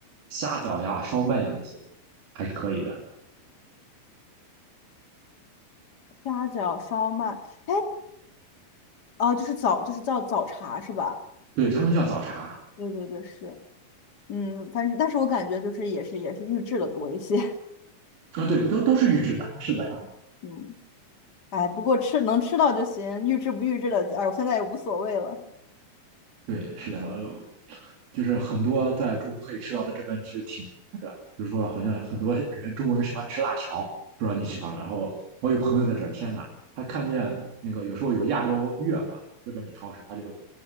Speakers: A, on the right; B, on the left.
A: 虾饺呀、烧麦呀这些的，还是可以的。
B: 虾饺、烧麦，哎，哦、就是早就是叫早茶是吧？
A: 对，他们叫早茶
B: 对对对，是。嗯，反正但是我感觉就是也是也是预制的多一些，
A: 啊，对，都都是预制的，是的，
B: <laughs> 嗯，哎，不过吃能吃到就行，预制不预制的，哎，我现在也无所谓了。
A: 对，是的，呃就是很多在中国可以吃到的这边其实挺的，比如说好像很多人中国人喜欢吃辣条，不知道你喜欢吗？然后我有朋友在这儿，天呐，他看见那个有时候有亚洲月嘛，这边的超市他就